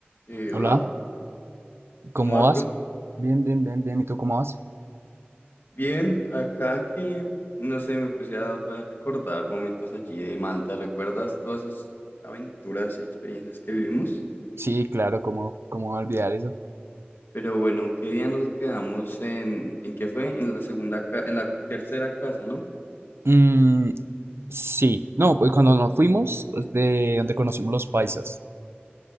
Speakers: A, on the left (about 65°); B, on the right (about 85°).
A: Eh,
B: Hola,
A: hola,
B: ¿cómo
A: ¿cómo vas,
B: vas?
A: bro?
B: Bien, bien, bien, bien. ¿Y tú cómo vas?
A: Bien, acá que, no sé, me puse a otra vez recordar momentos allí de Malta, ¿recuerdas todas esas aventuras y experiencias que vivimos?
B: Sí, claro, ¿cómo, cómo olvidar eso?
A: Pero bueno, ¿qué día nos quedamos en, en qué fue? En la segunda, ca- en la tercera casa, ¿no?
B: Mm, sí, no, pues cuando nos fuimos, pues, de donde conocimos los paisas.